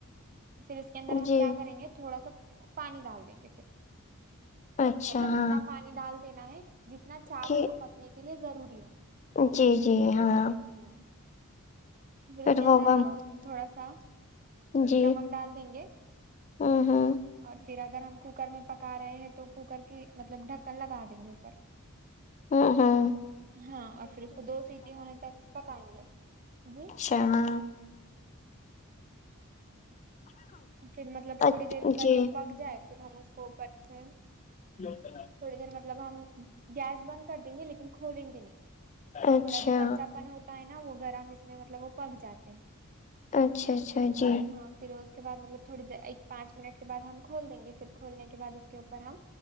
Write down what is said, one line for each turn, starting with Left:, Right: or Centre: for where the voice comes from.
Right: پھر اس کے اندر ہم
Left: جی
Right: کیا کریں گے تھوڑا سا پانی ڈال دیں گے پھر
Left: اچھا
Right: مطلب
Left: ہاں
Right: اتنا پانی ڈال دینا ہے جتنا چاول
Left: کہ
Right: کو پکنے کے لیے ضروری ہو
Left: جی جی ہاں
Right: ہمم پھر اس کے اندر‌
Left: وہ بم
Right: آ تھوڑا سا
Left: جی
Right: نمک ڈال دیں گے
Left: ہوں ہوں
Right: اور پھر اگر ہم کوکر میں پکا رہے ہیں تو کوکر کی مطلب ڈھکن لگا دیں گے اوپر
Left: ہوں ہوں
Right: ہاں اور پھر اس کو دو سیٹی ہونے تک پکائیں گے جی
Left: اوما
Right: پھر مطلب تھوڑی
Left: اچ-
Right: دیر کے بعد
Left: جی
Right: جب پک جائے پھر ہم اس کو اوپر سے
Left: لوکلہ
Right: تھوڑی دیر مطلب ہم گیس بند کر دیں گے لیکن کھولیں گے نہیں
Left: اچھا
Right: تھوڑا جو کچا پن ہوتا ہے ناں وہ گرم اس میں مطلب وہ پک جاتے ہیں
Left: اچھا اچھا جی
Right: ہاں پھر اس کے بعد مطلب تھوڑی دیر ایک پانچ منٹ کے بعد ہم کھول دیں گے پھر کھولنے کے بعد اس کے اوپر ہم